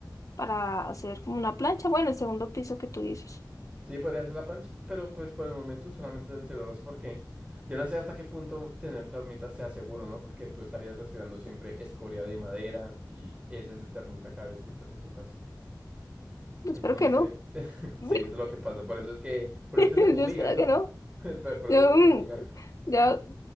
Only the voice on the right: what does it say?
Sí, podría ser la plancha, pero pues por el momento solamente es el celuloso porque yo no sé hasta qué punto tener termita sea seguro, ¿no? Porque tú estarías respirando siempre escoria de madera y heces de termita cada vez que estás en tu casa.
Entonces,
<laughs>
sí,
eso es lo que pasa. Por eso es que, por
eso es que se fumigan, ¿no?
<laughs> Por por
eso se fumiga.